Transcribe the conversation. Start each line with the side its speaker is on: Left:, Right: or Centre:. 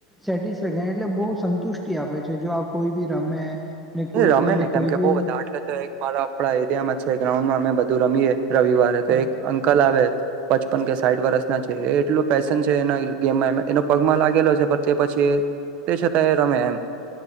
Centre: સેટિસ એટલે બહું સંતુષ્ટિ આપે છે, જો આ કોઈ બી રમે ને કોઈ
Right: તે રમે
Centre: કોઈને
Right: ને કેમ
Centre: કોઈ
Right: કે
Centre: બી
Right: બઉ બધા આટલે તે એક મારા એરિયામાં છે, ગ્રાઉન્ડમાં અમે બધું રમીએે રવિવારે
Centre: હમ
Right: તો એક અંકલ આવે પચપન કે સાઠ વર્ષના છે એ એટલું પેશન છે એના ગેમમાં એનો પગ માં લાગેલો છે. પર તે પછી તે છતાંય રમે એમ